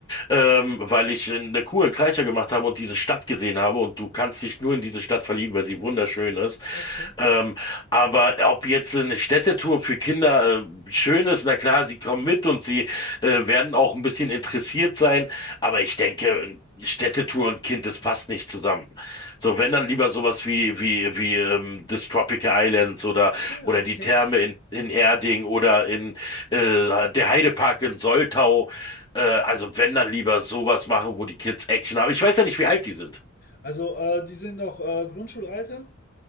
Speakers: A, on the left; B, on the left.
A: Ähm, weil ich äh, eine Kur in Kreischer gemacht habe und diese Stadt gesehen habe. Und du kannst dich nur in diese Stadt verlieben, weil sie wunderschön ist.
B: okay.
A: Ähm, aber ob jetzt eine Städtetour für Kinder äh, schön ist, na klar, sie kommen mit und sie äh, werden auch ein bisschen interessiert sein. Aber ich denke, Städtetour und Kind, das passt nicht zusammen. So, wenn dann lieber sowas wie, wie, wie ähm, das Tropical Islands oder,
B: Ja,
A: oder
B: okay.
A: die Therme in, in Erding oder in äh, der Heidepark in Soltau. Äh, also wenn dann lieber sowas machen, wo die Kids Action haben. Ich weiß ja nicht, wie alt die sind.
B: Also, äh, die sind noch äh, Grundschulalter?